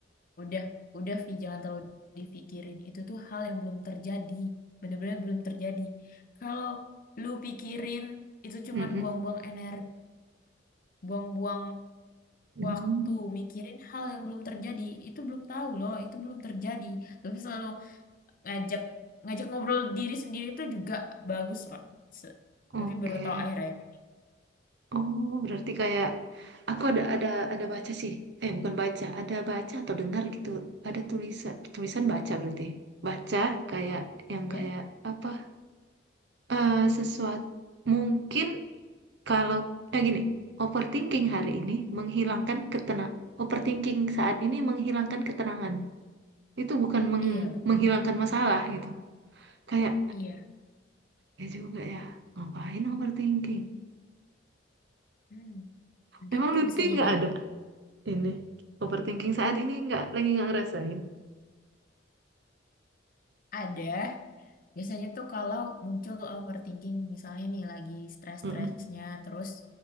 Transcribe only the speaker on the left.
udah udah Vi jangan terlalu dipikirin itu tuh hal yang belum terjadi bener-bener belum terjadi kalau lu pikirin itu cuman
buang-buang energi buang-buang
waktu mikirin hal yang belum terjadi itu belum tahu loh itu belum terjadi tapi selalu ngajak ngajak ngobrol diri sendiri itu juga bagus loh Se-
tapi baru tahu akhir-akhir ini
ya
iya betul
iya
Hmm. mungkin
itu
bisa jadi
ada biasanya tuh kalau muncul overthinking misalnya nih lagi stres-stresnya
terus